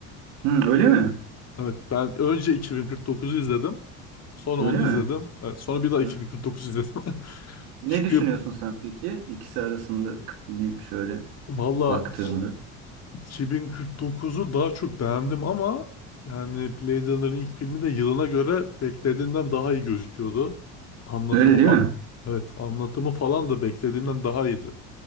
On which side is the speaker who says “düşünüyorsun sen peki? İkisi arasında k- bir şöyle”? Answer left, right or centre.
Right